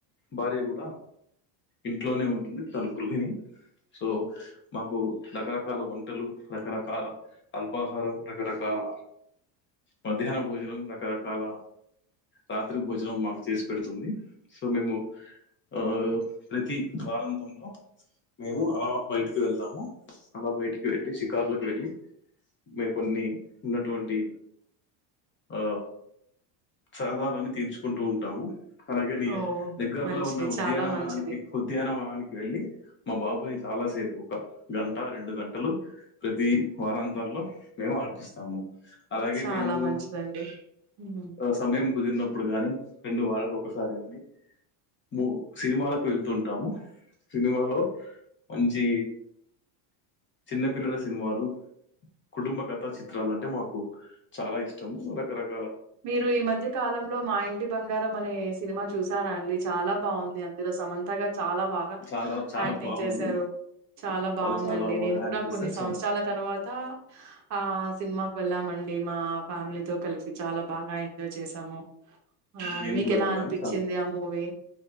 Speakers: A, on the left; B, on the right.
A: భార్య గూడ ఇంట్లోనే ఉంటుంది తను గృహిణి. సో మాకు రకరకాల వంటలు, రకరకాల అల్పాహారం రకరకాల మధ్యాహ్న భోజనం రకరకాల రాత్రి భోజనం మాకు చేసి పెడుతుంది సో మేము ఆ ప్రతి వారంతంలో మేము అలా బయటికి వెళ్తాము అలా బయటికి వెళ్ళి షికారులకు వెళ్ళి మేము కొన్ని ఉన్నటువంటి ఆ సాధారాన్ని తీర్చుకుంటూ ఉంటాము అలాగే నీ
B: ఓ
A: దగ్గర్లో
B: మంచిది
A: ఉన్న ఉద్యానవనానికి
B: చాలా మంచిది
A: ఉద్యానవనానికి వెళ్ళి మా బాబుని చాలాసేపు ఒక గంట రెండు గంటలు ప్రతి వారాంతంలో మేము ఆడిపిస్తాము అలాగే
B: చాలా
A: మేము
B: మంచిదండి హ్మ్.
A: ఆ సమయం కుదిరినప్పుడు గాని రెండు వళలకు ఒకసారి గాని ము సినిమాలకు వెళ్తుంటాము సినిమాలో మంచి చిన్నపిల్లల సినిమాలు కుటుంబ కథ చిత్రాలు అంటే మాకు చాలా ఇష్టము రకరక
B: మీరు ఈ మధ్య కాలంలో మా ఇంటి బంగారం అనే సినిమా చూసారా అండి చాలా బాగుంది అందులో సమంతగారు చాలా బాగా
A: చాలా చాలా
B: యాక్టింగ్
A: బాగుంది
B: చేశారు చాలా బాగుందండి
A: వాళ్ళు చాలా బాగా
B: నేను
A: యాక్ట్
B: కూడా
A: చేస్తారు
B: కొన్ని సంవత్సరాల
A: చాలా
B: తర్వాత ఆ సినిమాకు వెళ్ళామండి మా ఫ్యామిలీతోకలిసి చాలా బాగా ఎంజాయ్ చేసాము ఆ
A: నేను
B: మీకు
A: కూడా
B: ఎలా
A: వెళ్ళాము
B: అనిపించింది
A: చాలా
B: ఆ మూవీ